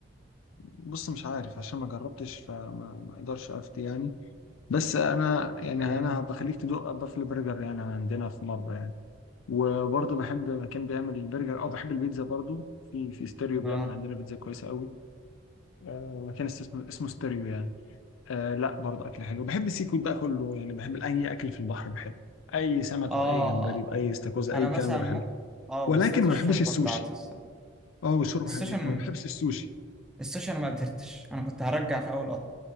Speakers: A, on the left; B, in the centre.
A: بص مش عارف عشان ما جربتش فما ما اقدرش افتي يعني بس انا يعني
B: امم
A: انا بخليك تدوق بافل برجر يعني عندنا في مره يعني وبرضه بحب مكان بيعمل البرجر او بحب البيتزا برضه في في ستيريو بيعمل
B: اه
A: عندنا بيتزا كويسه قوي آه، مكان اسمه اسمه ستيريو يعني آه لا برضه اكل حلو بحب السي فود بقى كله يعني بحب اي اكل في البحر بحبه اي سمك
B: اه
A: واي جمبري واي استاكوزا
B: انا
A: اي الكلام
B: مثلا
A: ده بحبه
B: ممكن اه
A: ولكن
B: بالذات
A: ما
B: الشوربه
A: بحبش السوشي
B: بتاعته الصراحة.
A: اه والشوربه
B: السوشن
A: حلو لكن ما بحبش السوشي
B: السوشيال ما قدرتش انا كنت هرجع في اول قطر